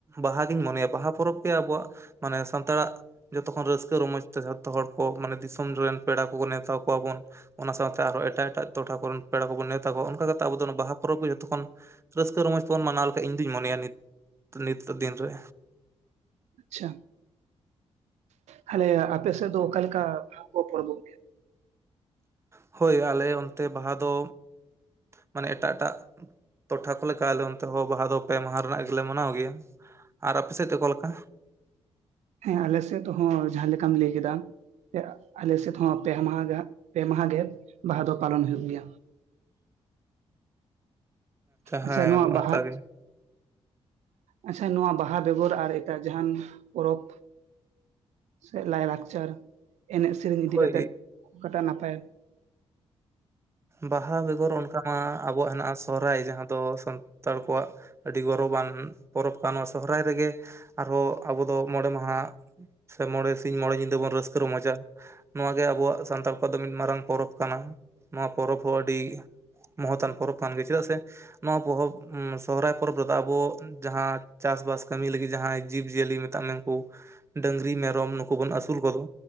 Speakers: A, on the right (about 25°); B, on the right (about 80°).
A: ᱵᱟᱦᱟᱜᱤᱧ ᱢᱚᱱᱮᱭᱟ ᱾ ᱵᱟᱦᱟ ᱯᱚᱨᱚᱵᱽ ᱜᱮ ᱟᱵᱚᱣᱟᱜ ᱢᱟᱱᱮ ᱥᱟᱱᱛᱟᱲᱟᱜ ᱡᱷᱚᱛᱚ ᱠᱷᱚᱱ ᱨᱟᱹᱥᱠᱟᱹ ᱨᱚᱢᱚᱡᱽ ᱛᱮ ᱡᱷᱚᱛᱚ ᱦᱚᱲ ᱠᱚ ᱢᱟᱱᱮ ᱫᱤᱥᱚᱢ ᱨᱮᱱ ᱯᱮᱲᱟ ᱠᱚᱵᱚᱱ ᱱᱮᱶᱛᱟ ᱠᱚᱣᱟ ᱵᱚᱱ ᱾ ᱚᱱᱟ ᱥᱟᱶᱛᱮ ᱟᱨᱦᱚᱸ ᱮᱴᱟᱜ ᱮᱴᱟᱜ ᱛᱚᱴᱷᱟ ᱠᱚᱨᱮᱱ ᱯᱮᱲᱟ ᱠᱚᱵᱚᱱ ᱱᱮᱶᱛᱟ ᱠᱚᱣᱟ ᱾ ᱚᱱᱠᱟ ᱠᱟᱛᱮ ᱟᱵᱚ ᱫᱚ ᱱᱚᱣᱟ ᱵᱟᱦᱟ ᱯᱚᱨᱚᱵᱽ ᱜᱮ ᱡᱚᱛᱚ ᱠᱷᱚᱱ᱾ ᱨᱟᱹᱥᱠᱟᱹ ᱨᱚᱢᱚᱡᱽ ᱛᱮᱵᱚᱱ ᱢᱟᱱᱟᱣ ᱞᱮᱠᱷᱟᱡ ᱤᱧᱫᱩᱧ ᱢᱚᱱᱮᱭᱟ ᱱᱤᱛ ᱱᱤᱛᱜ ᱫᱤᱱ ᱨᱮ᱾
B: ᱟᱪᱪᱷᱟ᱾ ᱛᱟᱦᱞᱮ ᱟᱯᱮ ᱥᱮᱫ ᱫᱚ ᱚᱠᱟ ᱞᱮᱠᱟ ᱠᱚ ᱯᱚᱨᱚᱵᱚᱜ ᱜᱮᱭᱟ?
A: ᱦᱳᱭ ᱟᱞᱮ ᱚᱱᱛᱮ ᱵᱟᱦᱟ ᱫᱚ ᱢᱟᱱᱮ ᱮᱴᱟᱜ ᱮᱴᱟᱜ ᱴᱚᱴᱷᱟ ᱠᱚ ᱞᱮᱠᱟ ᱟᱞᱮ ᱚᱱᱛᱮ ᱦᱚᱸ ᱵᱟᱦᱟ ᱫᱚ ᱯᱮ ᱢᱟᱦᱟ ᱨᱮᱱᱟᱜ ᱜᱮᱞᱮ ᱢᱟᱱᱟᱣ ᱜᱮᱭᱟ ᱾ ᱟᱨ ᱟᱯᱮ ᱥᱮᱫ ᱫᱚ ᱚᱠᱟ ᱞᱮᱠᱟ?
B: ᱦᱮᱸ ᱟᱞᱮ ᱥᱮᱫ ᱦᱚᱸ ᱡᱟᱦᱟᱸ ᱞᱮᱠᱟᱢ ᱞᱟᱹᱭ ᱠᱮᱫᱟ ᱯᱮ ᱟᱜ ᱟᱞᱮ ᱥᱮᱫ ᱦᱚᱸ ᱯᱮ ᱢᱟᱦᱟ ᱜᱮ ᱦᱟᱸᱜ ᱯᱮ ᱢᱟᱦᱟ ᱜᱮ ᱵᱟᱦᱟ ᱫᱚ ᱯᱟᱞᱚᱱ ᱦᱩᱭᱩᱜ ᱜᱮᱭᱟ ᱾ ᱟᱪᱪᱷᱟ
A: ᱦᱮᱸ
B: ᱱᱚᱣᱟ ᱵᱟᱦᱟ
A: ᱚᱱᱠᱟ ᱜᱮ
B: ᱟᱪᱪᱷᱟ ᱱᱚᱣᱟ ᱵᱟᱦᱟ ᱵᱮᱜᱚᱨ ᱟᱨ ᱮᱴᱟᱜ ᱡᱟᱦᱟᱱ ᱯᱚᱨᱚᱵᱽ ᱥᱮ ᱞᱟᱭᱼᱞᱟᱠᱪᱟᱨ ᱮᱱᱮᱡ ᱥᱮᱨᱮᱧ ᱤᱫᱤ
A: ᱦᱳᱭ
B: ᱠᱟᱛᱮᱫ ᱚᱠᱟᱴᱟᱜ ᱱᱟᱯᱟᱭᱟ?
A: ᱵᱟᱦᱟ ᱵᱮᱜᱚᱨ ᱚᱱᱠᱟᱱᱟᱜ ᱟᱵᱚᱣᱟᱜ ᱦᱮᱱᱟᱜᱼᱟ ᱥᱚᱦᱚᱨᱟᱭ ᱡᱟᱦᱟᱸ ᱫᱚ ᱥᱟᱱᱛᱟᱲ ᱠᱚᱣᱟᱜ ᱟᱹᱰᱤ ᱜᱚᱨᱚᱵᱟᱱ ᱯᱚᱨᱚᱵᱽ ᱠᱟᱱᱟ ᱾ ᱱᱚᱣᱟ ᱥᱚᱦᱨᱟᱭ ᱨᱮᱜᱮ ᱟᱨᱦᱚᱸ ᱟᱵᱚ ᱫᱚ ᱢᱚᱬᱮ ᱢᱟᱦᱟ ᱥᱮ ᱢᱚᱬᱮ ᱥᱤᱧ ᱢᱚᱬᱮ ᱧᱤᱫᱟᱹ ᱵᱚᱱ ᱨᱟᱹᱥᱠᱟᱹ ᱨᱚᱢᱚᱡᱟ ᱾ ᱱᱚᱣᱟᱜᱮ ᱟᱵᱚᱣᱟᱜ ᱥᱟᱱᱛᱟᱲ ᱠᱚᱣᱟᱜ ᱫᱚ ᱢᱤᱫ ᱢᱟᱨᱟᱝ ᱯᱚᱨᱚᱵᱽ ᱠᱟᱱᱟ ᱾ ᱱᱚᱣᱟ ᱯᱚᱨᱚᱵᱽ ᱦᱚᱸ ᱟᱹᱰᱤ ᱢᱚᱦᱚᱛᱟᱱ ᱯᱚᱨᱚᱵᱽ ᱠᱟᱱ ᱜᱮ ᱾ ᱪᱮᱫᱟᱜ ᱥᱮ ᱱᱚᱣᱟ <unintelligible> ᱥᱚᱦᱨᱟᱭ ᱯᱚᱨᱚᱵᱽ ᱨᱮᱫᱚ ᱟᱵᱚ ᱡᱟᱦᱟᱸ ᱪᱟᱥᱵᱟᱥ ᱠᱟᱹᱢᱤ ᱞᱟᱹᱜᱤᱫ ᱡᱟᱦᱟᱸᱭ ᱡᱤᱵᱽ ᱡᱤᱭᱟᱹᱞᱤ ᱢᱮᱛᱟᱜ ᱢᱮ ᱩᱱᱠᱩ ᱰᱟᱹᱝᱨᱤ ᱢᱮᱨᱚᱢ ᱱᱩᱠᱩ ᱵᱚᱱ ᱟᱹᱥᱩᱞ ᱠᱚᱫᱚ